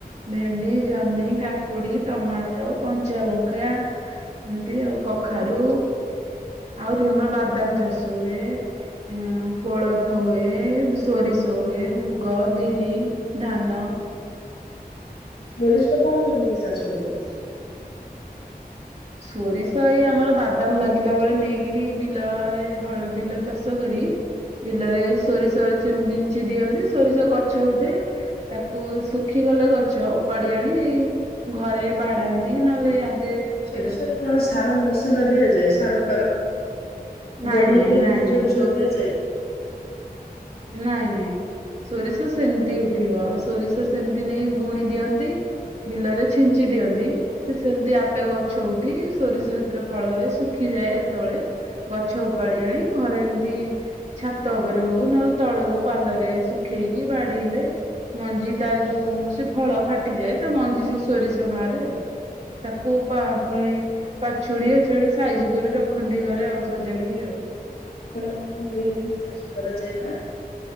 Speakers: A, on the right (about 45°); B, on the left (about 85°).
A: ଭେଣ୍ଡି ଜହ୍ନି କାକୁଡି ଟମାଟର କଞ୍ଚା ଲଙ୍କା ଏମତି ଆଉ କଖାରୁ ଆହୁରି ଆମର ବାଦାମ ଚାଷ ହୁଏ। ଉଁ କୋଳଥ ହୁଏ ସୋରିଷ ହୁଏ ମୁଗ ବିରି ଧାନ
B: ସୋରିଷ କଣ କେମିତି ଚାଷ କରନ୍ତି ସବୁ?
A: ସୋରିଷ ଏଇ ଆମର ବାଦାମ ଲାଗିଲା ବେଳେ ନେଇକିରି ବିଲରେ ହଳ ବିଲ ଚାଷ କରି ବିଲରେ ସୋରିଷ ଚୁଁ ବିଞ୍ଚି ଦିଅନ୍ତି। ସୋରିଷ ଗଛ ଉଠେ ତାକୁ ଶୁଖିଗଲେ ଗଛ ଉପାଡି ଆଣି ଘରେ ବାଡାନ୍ତ ନ୍ତି ନହେଲେ ଆଗେ
B: ସରିଷରୀରେ
A: ଏବେ
B: କଣ ସାର ମସଲା ଦିଆଯାଏ? ସାର ଫାର
A: ନାଇଁ
B: ବଢିଆ
A: ନାଇଁ
B: ଦିଦି
A: ନାଇଁ ନାଇଁ
B: ସୋରିଷ ରେ ଦିଆ ଯାଏ କି?
A: ନାଇଁ ନାଇଁ ସୋରିଷ ସେମିତି ଉଠିବ ସୋରିଷ ସେମିତି ନେଇ ବୁଣି ଦିଅନ୍ତି। ବିଲରେ ଛିଞ୍ଚି ଦିଅନ୍ତି। ସେ ସେମିତି ଆପେ ଗଛ ଉଠିକି ସୋରିଷ ସେଥିରେ ଫଳ ହୁଏ। ଶୁଖିଯାଏ ଯେତେବେଳେ ଗଛ ଉପାଡି ଆଣି ଘରେ ଏମିତି ଛାତ ଉପରେ ହଉ ନହେଲେ ତଳେ ହଉ ପାଲରେ ଶୁଖେଇକି ବାଡେଇଲେ। ମଞ୍ଜି ତାର ଯୋଉ ସେ ଫଳ ଫାଟିଯାଏ ତା ମଞ୍ଜି ସେ ସୋରିଷ ବାହାରେ ଆଉ। ତାକୁ କଣ ଫୁଣି ପାଛୁଡି ସେଇଡା ସାଇଜି କରି ରଖନ୍ତି ଘରେ ଆଉ ସଜାଡିକି ଆଉ।
B: ଆପଣଙ୍କର ବିରି ଫିରି ଚାଷ କରାଯାଏ ପା?